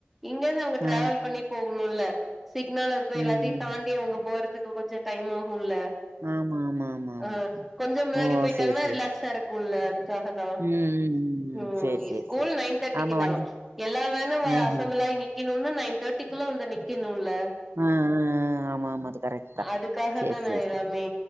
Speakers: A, in the centre; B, on the right (about 70°).
A: இங்கந்து அவங்க
B: ஆ
A: டிராாவல் பண்ணி போகணும்ல்ல சிக்னல் இருக்கும்
B: ம்
A: எல்லாத்தையும்
B: ம்
A: தாண்டி அவங்க போற துக்கு கொஞ்சம் டைம் ஆகும்
B: ஆமா ஆமா ஆமா ஆமா.
A: ஆ கொஞ்சம் முன்னாடி
B: ஓ!
A: போயிட்டாங்கன்னா
B: சரி, சரி.
A: ரிலாக்ஸா இருக் குல்ல அதுக்காக தான்
B: ம், ம்,
A: ம்
B: சரி, சரி,
A: ஸ்கூல்
B: சரி.
A: நைன் தேர்டிக்கு
B: ஆமா வண்டி
A: தான் எல்லாம் வேணும் வ
B: ஆஹ.
A: அசம்பளாயி நி நிக்கணூனா நைன் தேர்டி குள்ள வந்து நிக்கணுல
B: ஆ ஆ ஆமா, ஆமா. அது கரெக்ட் தான்.
A: அதுக்காக
B: சரி,
A: தானே
B: சரி,
A: எல்லாமே
B: சரி.